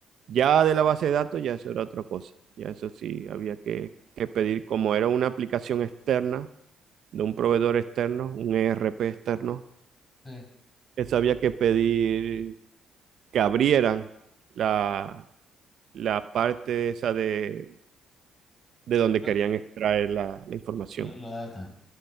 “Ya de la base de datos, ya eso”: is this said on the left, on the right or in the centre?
Right